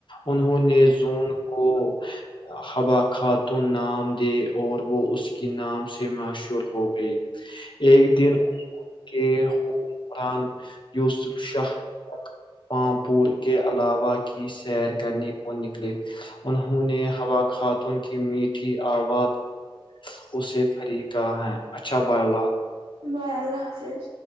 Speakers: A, on the left; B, on the right.
A: انہوں نے زون کو حبا خاتون نام اور وہ اس کے نام سے مشہور ہو گئی ایک دن ان کے حکم قران یوسف شاہ پامپور کے علاوہ کی سیر کرنے کو نکلے انہوں نے ہوا خاتون کی میٹھی آواز اسے فریقہ ہے اچھا ب ال
B: بائے اللہ حافظ